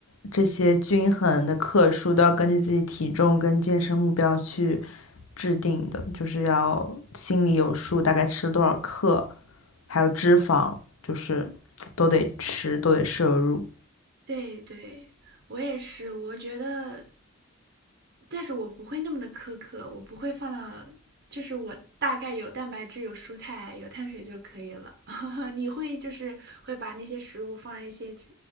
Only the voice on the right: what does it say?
对对，我也是，我觉得但是我不会那么的苛刻，我不会放到，就是我大概有蛋白质、有蔬菜、有碳水就可以了。<laughs> 你会就是会把那些食物放在一些